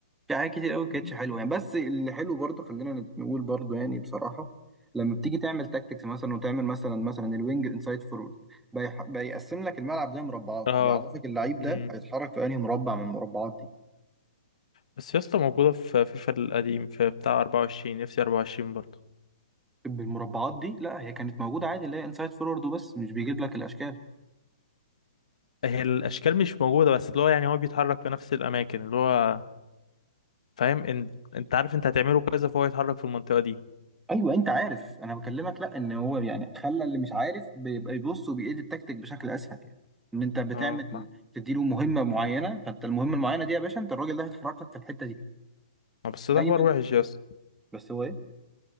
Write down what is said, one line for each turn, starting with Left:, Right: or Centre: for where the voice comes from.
Centre: في حاجات كتير قوي كانتش
Left: مم.
Centre: حلوه يعني بس اللي حلو برضه خلينا نقول برضه يعني بصراحه لما بتيجي تعمل تاكتكس مثلا وتعمل مثلا مثلا الوينج انسايد فورورد بيح- بيقسم لك الملعب ده مربعات
Left: اه
Centre: بيعرفك اللعيب ده
Left: امم
Centre: هيتحرك في انهي مربع من المربعات دي
Left: بس يا اسطى موجودة في فيفا القديم في بتاع 24 نفسي 24 برضه
Centre: طب المربعات دي لا هي كانت موجوده عادي اللي هي انسايد فورورد وبس مش بيجيب لك الاشكال
Left: هي الاشكال مش موجودة بس اللي هو يعني هو بيتحرك في نفس الاماكن اللي هو فاهم ان انت عارف انت هتعمله كذا فهو يتحرك في المنطقة دي
Centre: ايوه انت عارف انا بكلمك لا ان هو يعني خلى اللي مش عارف بيبقى يبص وبيأيد التكتيك بشكل اسهل يعني ان انت بتعمل
Left: اه
Centre: تديله مهمه معينه فانت المهمه المعينه دي يا باشا انت الراجل ده هيتحرك لك في الحته دي
Left: آه، بس ده
Centre: دايما
Left: حوار وحش يا اسطى
Centre: بس هو ايه